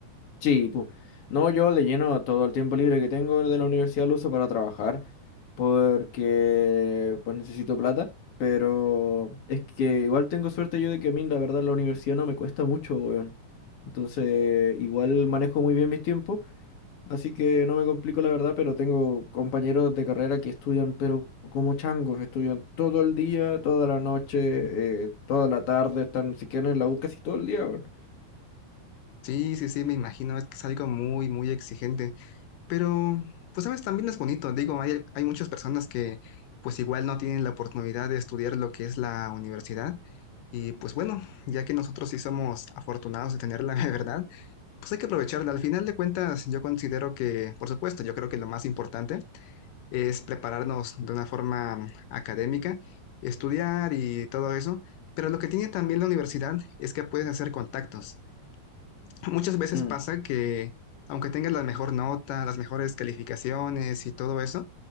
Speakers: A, on the left (about 50°); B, on the left (about 85°).
A: Sí, pu. No, yo le lleno todo el tiempo libre que tengo de la universidad, lo uso para trabajar, porque pues necesito plata, pero es que igual tengo suerte yo de que a mí la verdad la universidad no me cuesta mucho, weón. Entonces, igual manejo muy bien mis tiempos, así que no me complico la verdad, pero tengo compañeros de carrera que estudian, pero como changos, estudian todo el día, toda la noche, eh, toda la tarde, están, si quieren en la U casi todo el día, weón.
B: Sí, sí, sí, me imagino, es que es algo muy, muy exigente, pero, pues, sabes, también es bonito, digo, hay, hay muchas personas que, pues, igual no tienen la oportunidad de estudiar lo que es la universidad, y pues bueno, ya que nosotros sí somos afortunados de tenerla, <laughs> de verdad. Pues hay que aprovecharla. Al final de cuentas, yo considero que, por supuesto, yo creo que lo más importante es prepararnos de una forma académica, estudiar y todo eso, pero lo que tiene también la universidad es que puedes hacer contactos. Muchas veces
A: Mm,
B: pasa que, aunque tengas la mejor nota, las mejores calificaciones y todo eso,